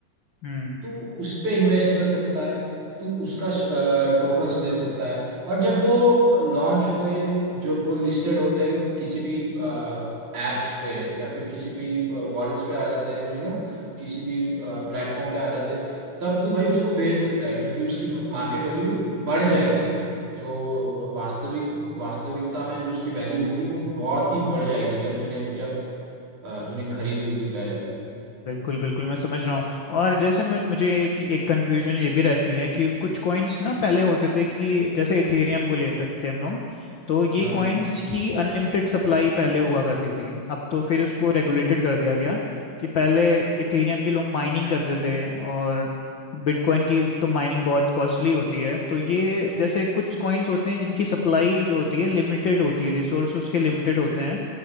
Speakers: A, on the left (about 70°); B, on the right (about 65°).
A: हम्म
B: तू उस पे इन्वेस्ट कर सकता है तू उसका टोकन्स ले सकता है और जब वो लॉन्च होते हैं जब वो लिस्टेड होते हैं किसी भी एप्स पे या फिर किसी भी वॉलेट्स पे आ जाते हैं यू नो किसी भी प्लेटफॉर्म पे आ जाते हैं तब तू भाई उसको बेच सकता है क्योंकि उसकी मार्केट वैल्यू बढ़ जाएगी जो वास्तविक वास्तविकता में जो उसकी वैल्यू होगी वो बहुत ही बढ़ जाएगी जब तूने जब अ, तूने खरीदी होगी पहले
A: बिल्कुल बिल्कुल मैं समझ रहा हूँ और जैसे मु- मुझे एक एक कंफ्यूजन ये भी रहती है कि कुछ कॉइन्स ना पहले होते थे कि जैसे इथेरियम को ले सकते हैं हम लोग तो ये
B: हम्म
A: कॉइन्स
B: हम्म
A: की अनलिमिटेड सप्लाई पहले हुआ करती थी अब तो फिर उसको रेगुलेटेड कर दिया गया कि पहले इथेरियम की लोग माइनिंग करते थे और बिटकॉइन की तो माइनिंग बहुत कॉस्टली होती है तो ये जैसे कुछ कॉइन्स होते हैं जिनकी सप्लाई जो होती है लिमिटेड होती है रिसोर्स उसके लिमिटेड होते हैं